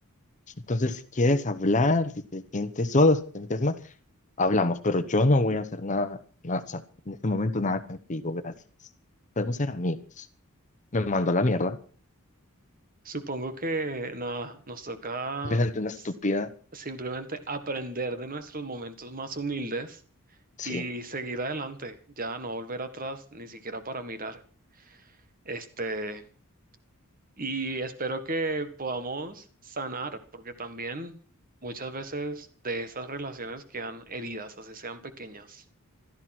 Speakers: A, on the left; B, on the right.
A: Entonces, si quieres hablar, si te sientes solo, si te sientes mal, hablamos, pero yo no voy a hacer nada, nada, o sea, en este momento nada contigo, gracias. Podemos ser amigos. Me mandó a la mierda.
B: Supongo que nada, nos toca
A: Me senté una
B: s-
A: estúpida.
B: simplemente aprender de nuestros momentos más humildes
A: Sí.
B: y seguir adelante, ya no volver atrás ni siquiera para mirar. Este, Y espero que podamos sanar, porque también muchas veces de esas relaciones quedan heridas, así sean pequeñas.